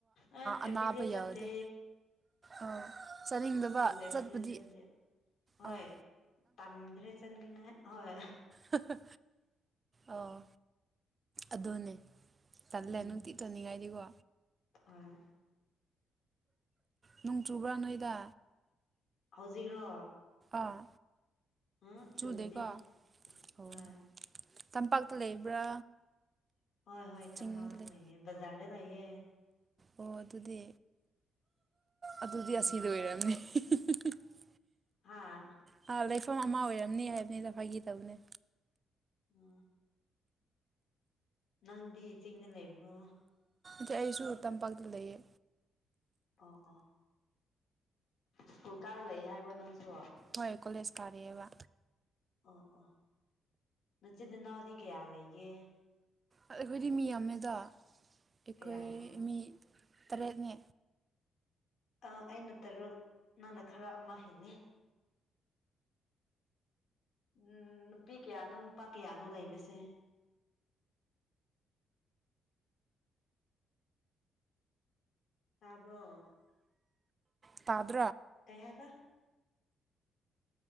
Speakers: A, on the left; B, on the right.
A: ꯑꯩ ꯑꯦꯕ꯭ꯔꯤꯗꯦ
B: ꯑꯅꯥꯕ
A: ꯆꯠꯇꯦ
B: ꯌꯥꯎꯗꯦ ꯑꯥ ꯆꯥꯅꯤꯡꯗꯕ
A: ꯁ꯭ꯀꯨꯜ ꯑꯦꯕ꯭ꯔꯤꯗꯦ
B: ꯆꯠꯄꯗꯤ
A: ꯆꯠꯇꯦ ꯍꯣꯏ
B: ꯑꯥ
A: ꯇꯟꯈ꯭ꯔꯦ ꯆꯠꯅꯤꯡꯉꯥꯏ ꯍꯣꯏ
B: ꯍ ꯍ ꯑꯣ ꯑꯗꯨꯅꯦ ꯇꯜꯂꯦ
A: ꯎꯝ
B: ꯅꯨꯡꯇꯤ ꯆꯠꯅꯤꯡꯉꯥꯏꯗꯤꯀꯣ
A: ꯍꯣꯏ
B: ꯅꯣꯡ ꯆꯨꯕ꯭ꯔꯥ ꯅꯣꯏꯗꯥ
A: ꯍꯧꯖꯤꯛꯔꯣ
B: ꯑꯥ
A: ꯎꯝ ꯆꯨꯗꯦ
B: ꯆꯨꯗꯦꯀꯣ ꯑꯣ
A: ꯍꯣꯏ
B: ꯇꯝꯄꯥꯛꯇ ꯂꯩꯕ꯭ꯔꯥ
A: ꯍꯣꯏ ꯍꯣꯏ ꯇꯝꯄꯥꯛꯇ
B: ꯆꯤꯡꯗ ꯂꯩ
A: ꯂꯩꯌꯦ ꯕꯖꯥꯔꯗ ꯂꯩꯌꯦ
B: ꯑꯣ ꯑꯗꯨꯗꯤ ꯑꯗꯨꯗꯤ
A: ꯎꯝ
B: ꯑꯁꯤ ꯂꫭꯏꯔꯝꯅꯤ <unintelligible>
A: ꯍꯥꯥ
B: ꯍꯥ ꯂꯩꯐꯝ ꯑꯃ ꯑꯣꯏꯔꯝꯅꯤ ꯍꯥꯏꯕꯅꯤꯗ ꯐꯥꯒꯤ ꯇꯧꯕꯅꯦ
A: ꯑꯥ ꯅꯪꯗꯤ ꯆꯤꯡꯗ ꯂꯩꯕ꯭ꯔꯣ
B: ꯏ ꯑꯩꯁꯨ ꯇꯝꯄꯥꯛꯇ ꯂꯩꯌꯦ
A: ꯑꯣ ꯑꯣ ꯁ꯭ꯀꯨꯜ ꯀꯥꯔ ꯂꯩ ꯍꯥꯏꯕꯣ ꯅꯪꯁꯨ
B: ꯍꯣꯏ ꯀꯣꯂꯦꯖ ꯀꯥꯔꯤꯑꯕ
A: ꯑ ꯑꯥ ꯏꯆꯤꯟ ꯏꯅꯥꯎꯗꯤ ꯀꯌꯥ ꯂꯩꯒꯦ
B: ꯑꯩꯈꯣꯏꯗꯤ ꯃꯤ ꯑꯃꯗ ꯑꯩꯈꯣꯏ
A: ꯀꯌꯥꯅꯣ
B: ꯃꯤ ꯇꯔꯦꯠꯅꯦ
A: ꯑ ꯑꯩꯅ ꯇꯔꯨꯛ ꯅꯪꯅ ꯈꯔ ꯑꯃ ꯍꯦꯜꯂꯦ ꯎꯝ ꯅꯨꯄꯤ ꯀꯌꯥꯅꯣ ꯅꯨꯄꯥ ꯀꯌꯥꯅꯣ ꯂꯩꯕꯁꯦ ꯇꯥꯕ꯭ꯔꯣ
B: ꯇꯥꯗ꯭ꯔ
A: ꯀꯩ ꯍꯥꯏꯕ